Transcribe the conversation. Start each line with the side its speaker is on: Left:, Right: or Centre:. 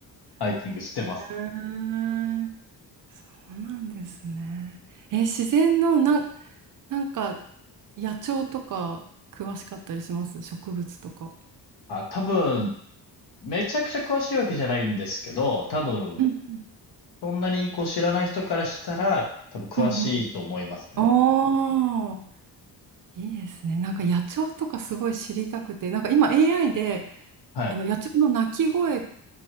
Left: ハイキングしてます。
Right: えーそうなんですね。えー、自然のなん、なんか野鳥とか詳しかったりします植物とか。
Left: あ、多分めちゃくちゃ詳しいわけじゃないんですけど、多分
Right: うんうん
Left: そんなにこう知らない人からしたら多分詳しいと思いますね。
Right: うんうん。おー、いいですね。なんか野鳥とかすごい知りたくて、なんか今 AI で
Left: はい。
Right: あの野鳥の鳴き声